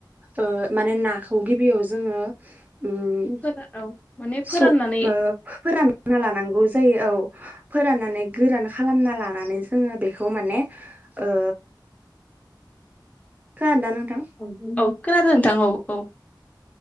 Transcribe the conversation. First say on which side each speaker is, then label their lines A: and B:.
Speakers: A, on the right; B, on the left.
A: ओ माने नाखौ गिबियाव जोङो उम
B: ओ औ माने
A: सु
B: फोराननानै
A: ओ फोरान ना लानांगौ जायो औ फोराननानै गोरान खालामना लानानै जोङो बेखौ माने ओ खोनादों ना नोंथां?
B: औ औ खोनादों नोंथां औ औ।